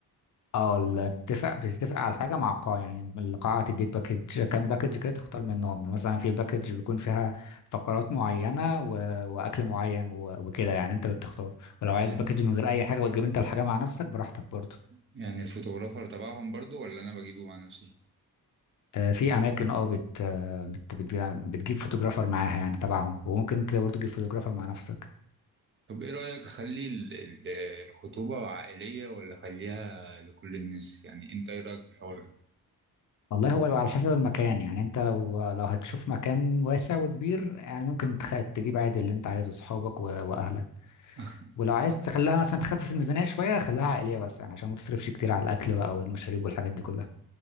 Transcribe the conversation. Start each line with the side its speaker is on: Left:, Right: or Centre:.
Left: اه ال- بتتفق بتتفق على حاجه مع القاعه يعني القاعه هتديك باكج كام باكج كده تختار منهم مثلا في باكج بيكون فيها فقرات معينه و... واكل معين و... وكده يعني انت اللي بتختار ولو عايز
Right: يعني
Left: باكج من غير اي حاجه وتجيب انت الحاجه مع نفسك براحتك برضه
Right: يعني الفوتوغرافر تبعهم برضه ولا انا بجيبه مع نفسي
Left: آه، في اماكن اه بت... آه، بت... بت... بتجيب فوتوغرافر معاها يعني تبعهم وممكن انت برضه تجيب فوتوغرافر مع نفسك
Right: طب ايه رأيك اخلي ال- ال- الخطوبة عائلية ولا اخليها لكل الناس يعني انت ايه رأيك في الحوار ده
Left: والله هو بيبقى على حسب المكان يعني انت لو لو هتشوف مكان واسع وكبير يعني ممكن تخ... تجيب عادي اللي انت عايزه اصحابك و... واهلك
Right: <laughs> أخ-
Left: ولو عايز تخليها مثلا تخفف الميزانية شوية خليها عائلية بس يعني عشان ما تصرفش كتير على الأكل بقى والمشاريب والحاجات دي كلها